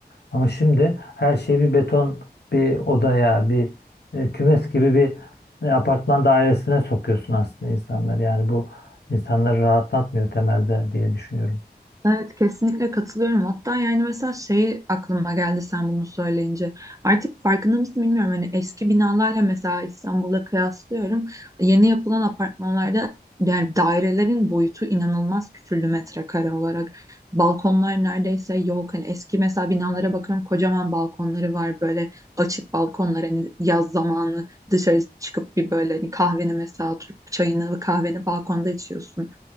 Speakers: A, on the left (about 80°); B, on the right (about 20°).
A: Ama şimdi her şey bir beton, bir odaya, bir e, kümes gibi bir e, apartman dairesine sokuyorsun aslında insanları. Yani bu insanları rahatlatmıyor temelde diye düşünüyorum.
B: Evet kesinlikle katılıyorum. Hatta yani mesela şey aklıma geldi sen bunu söyleyince. Artık farkında mısın bilmiyorum. Hani eski binalarla mesela İstanbul'da kıyaslıyorum. Yeni yapılan apartmanlarda yani dairelerin boyutu inanılmaz küçüldü metrekare olarak. Balkonlar neredeyse yok. Hani eski mesela binalara bakıyorum kocaman balkonları var böyle açık balkonlar hani yaz zamanı dışarı çıkıp bir böyle hani kahveni mesela oturup çayını kahveni balkonda içiyorsun.